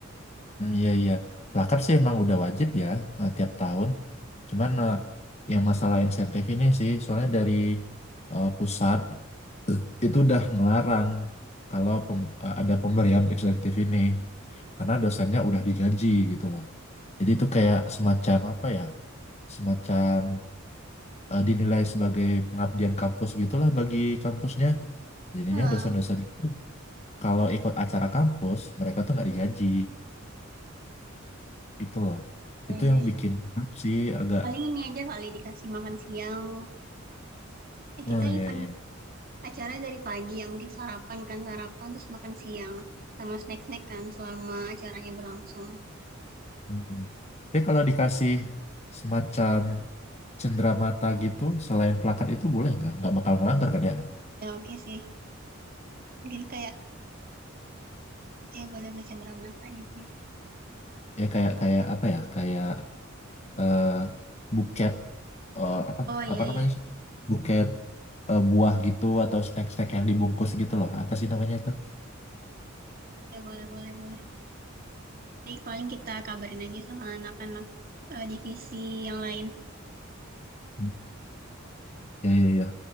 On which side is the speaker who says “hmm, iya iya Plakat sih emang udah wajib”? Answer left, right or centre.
Left